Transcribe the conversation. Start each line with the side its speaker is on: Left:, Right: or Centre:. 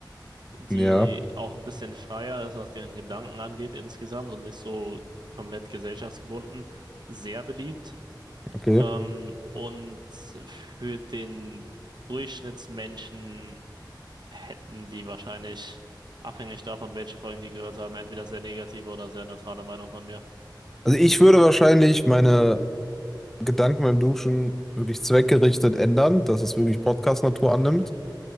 Right: die
Centre: Ja,
Right: auch ein bisschen freier ist, was ihren Gedanken angeht insgesamt und nicht so komplett gesellschaftsgebunden, sehr beliebt.
Centre: okay.
Right: Ähm, und für den Durchschnittsmenschen hätten die wahrscheinlich, abhängig davon, welche Folgen die gehört haben, entweder sehr negative oder sehr neutrale Meinung von mir.
Centre: Also ich würde wahrscheinlich meine Gedanken beim Duschen wirklich zweckgerichtet ändern, dass es wirklich Podcast-Natur annimmt